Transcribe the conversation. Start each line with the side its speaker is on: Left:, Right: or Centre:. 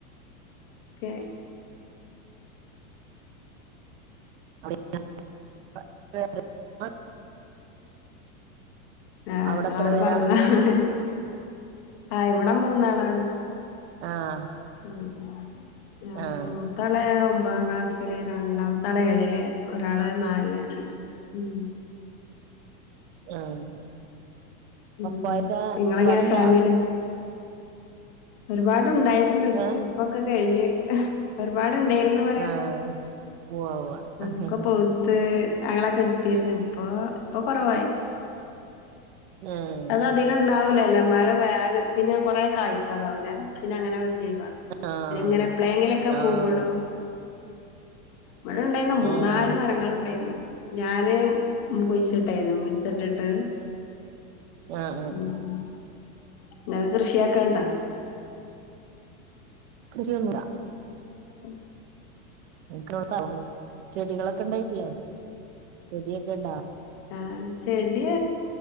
Left: കെ
Right: <unintelligible>
Left: ആഹ്
Right: അവിടെ
Left: ഇങ്ങളവിടെ
Right: എത്ര പേരാണെന്ന്
Left: പറഞ്ഞതാണ് ആ ഇവിടെ മൂന്നാളാണ്
Right: ആഹ്
Left: മം
Right: ആഹ്
Left: ത്തത് ഒമ്പതാം ക്ലാസ്സില്, രണ്ടാമത്തെ ആള് ഏഴില്, ഒരാള് നാല് അങ്ങനെ ഉം
Right: ആഹ്
Left: ഉം
Right: പപ്പയൊക്കെ
Left: നിങ്ങളെങ്ങനെ
Right: ഒരുപാട്ണ്ടോ
Left: ഫാമിലി ഒരുപാടുണ്ടായിരുന്നു.
Right: ഏഹ്
Left: ഇപ്പൊക്കെ കഴിഞ്ഞ് ഒരുപാടുണ്ടായിരുന്നു പറയാ
Right: ആഹ് ഉവ്വ ഉവ്വ
Left: ഒക്കെ പോ ത്ത് ഞങ്ങളൊക്കെ എടുത്തിന്ന് ഇപ്പൊ ഇപ്പൊ കുറവായി
Right: ഏഹ്
Left: അത് അധികം ഉണ്ടാവുലല്ലോ മരം വേഗം പിന്നെ കൊറെ കായ്ക്കാതെആവുലേ പിന്നെ അങ്ങനെ പിന്നെ
Right: ആഹ്
Left: എങ്ങനെ എപ്പോലെങ്കിലൊക്കെ
Right: ആഹ്
Left: പൂവിടും
Right: അതെ
Left: ഇവിടെ ഇണ്ടായിന്ന്, മൂന്നാല്
Right: ഏഹ്
Left: മരങ്ങൾ ഉണ്ടായിരുന്നു ഞാന് കുഴിച്ചിട്ടായിരുന്നു വിത്തിട്ടിട്ട്
Right: ആഹ് ആഹ്
Left: മം ങ്ങൾക്ക് കൃഷിയാക്കണ്ടോ?
Right: ൃശനൂ <unintelligible>
Left: ഉ
Right: എനക്ക് ഇവടെ <unintelligible> ചെടികളൊക്കെ ഇണ്ടായിട്ടില്ലേ, ചെടിയൊക്കെ ഉണ്ടാ?
Left: ആ ചെടിയ